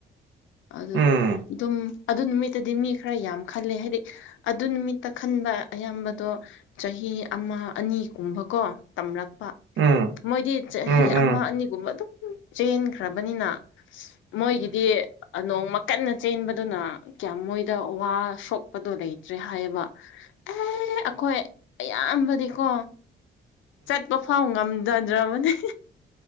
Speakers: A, on the left; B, on the right.
A: ꯑꯗꯨ
B: ꯎꯝ ꯎꯝ
A: ꯑꯗꯨꯝ ꯑꯗꯨ ꯅꯨꯃꯤꯠꯇꯗꯤ ꯃꯤ ꯈꯔ ꯌꯥꯝ ꯈꯜꯂꯦ ꯍꯥꯏꯗꯤ ꯑꯗꯨ ꯅꯨꯃꯤꯠꯇ ꯈꯟꯕ ꯑꯌꯥꯝꯕꯗꯣ ꯆꯍꯤ ꯑꯃ ꯑꯅꯤꯒꯨꯝꯕꯀꯣ ꯇꯝꯔꯛ
B: ꯎꯝ
A: ꯃꯣꯏꯗꯤ ꯆꯍꯤ
B: ꯎꯝ ꯎꯝ
A: ꯑꯃ ꯑꯅꯤꯒꯨꯝꯕ ꯑꯗꯨꯝ ꯆꯦꯟꯈ꯭ꯔꯕꯅꯤꯅ ꯃꯣꯏꯒꯤꯗꯤ ꯅꯣꯡꯃ ꯀꯟꯅ ꯆꯦꯟꯕꯗꯨꯅ ꯀꯌꯥꯝ ꯃꯣꯏꯗ ꯋꯥ ꯁꯣꯛ ꯑꯗꯣ ꯂꯩꯇ꯭ꯔꯦ ꯍꯥꯏꯌꯦꯕ ꯑꯦ ꯑꯩꯈꯣꯏ ꯑꯌꯥꯝꯕꯗꯤꯀꯣ ꯆꯠꯄ ꯐꯥꯎ ꯉꯝꯖꯗ꯭ꯔꯕꯅꯦ